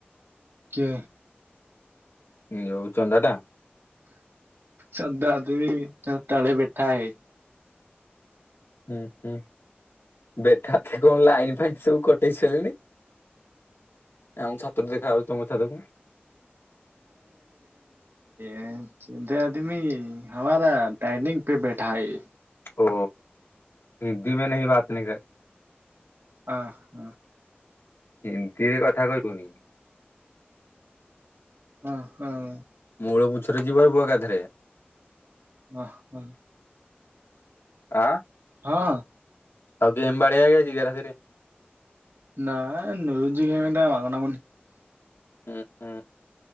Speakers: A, on the right; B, on the left.
A: କି
B: ଯୋଉ ଚନ୍ଦା ଟା।
A: ସଧା ଆଦି ତଳେ ବେଠା ହେ।
B: ହୁଁ ହୁଁ। ବେଟା କଣ ଲାଇନ ଫାଇନ ସବୁ କଟେଇ ସାରିଲଣିି। ଆ ଛାତ ରୁ ଦେଖା ଯାଉଛି ତମ ଛାତ କୁ।
A: ଏ ସେନ୍ ତମି ହମାର ଟାଇିଙ୍ଗ ପେ ବେଠା ହେ।
B: ଓ ହିନ୍ଦୀ ମ ନ ବାାତ ନ କର
A: ହ ହ।
B: ହିନ୍ଦୀରେ କଥା କହିବୁନି।
A: ହ ହଁ।
B: ମୂଳ ପୁଛରେ ଯିବ ବୁ ଏକାଧରେ।
A: ହ ହ।
B: ଆଁ?
A: ହଁ।
B: ଆଉ ଗ ଏମ ବାଡିେଇଆ ଆଜି <unintelligible>
A: ନା ନଜ ଗମେ ଟ ବାଗ ନାଗୁନି।
B: ହୁଁ ହୁଁ।